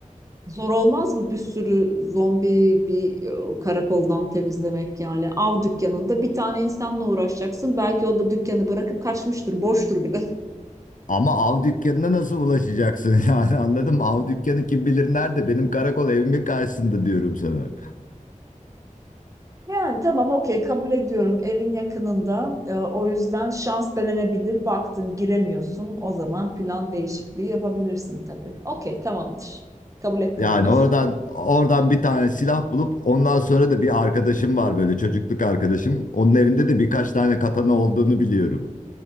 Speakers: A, on the right (about 25°); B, on the left (about 75°).
A: Zor olmaz mı bir sürü zombi bir e, karakoldan temizlemek yani av dükkanında bir tane insanla uğraşacaksın belki o da dükkanı bırakıp kaçmıştır boştur bile. <laughs>
B: Ama av dükkanına nasıl ulaşacaksın <laughs> yani anladın mı? Av dükkanı kim bilir nerede? Benim karakol evimin karşısında diyorum sana.
A: Yani tamam okey kabul ediyorum evin yakınında E, o yüzden şans denenebilir baktın giremiyorsun o zaman plan değişikliği yapabilirsin tabii. Okey tamamdır kabul ettim
B: Yani
A: bunu.
B: oradan oradan bir tane silah bulup ondan sonra da bir arkadaşım var böyle çocukluk arkadaşım. Onun evinde de birkaç tane katana olduğunu biliyorum.